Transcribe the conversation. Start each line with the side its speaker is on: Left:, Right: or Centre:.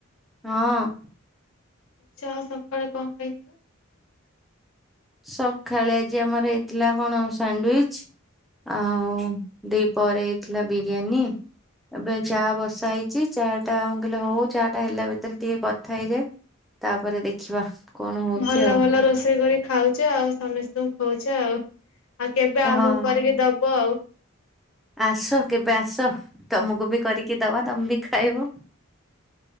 Centre: ହଁ।
Left: ଚା ଆଉ ସକାଳେ କଣ ଖାଇଥିଲ?
Centre: ସକାଳେ ଆଜି ଆମର ହେଇଥିଲା କଣ ସ୍ୟାଣ୍ଡୱିଚ୍। ଆଉ ଦିପରେ ହେଇଥିଲା ବିରିୟାନୀ। ଏବେ ଚା ବସା ହେଇଛି ଚା ଟାମୁଁ କହିଲି ହଉ ଚା ଟା ହେଲା ଭିତରେ ଟିକେ କଥା ହେଇଯାଏ। ତାପରେ ଦେଖିବା। କଣ ହଉଛି
Left: ଭଲ
Centre: ଆଉ
Left: ଭଲ ରୋଷେଇ କରି ଖାଉଛ ଆଉ ସମସ୍ତଙ୍କୁ ଖୋଉଛ ଆଉ। ଆଉ କେବେ ଆମକୁ
Centre: ହଁ
Left: କରିକି ଦବ ଆଉ।
Centre: ଆସ କେବେ ଆସ ତମକୁ ବି କରିକି ଦବା ତମେ ବି ଖାଇବ।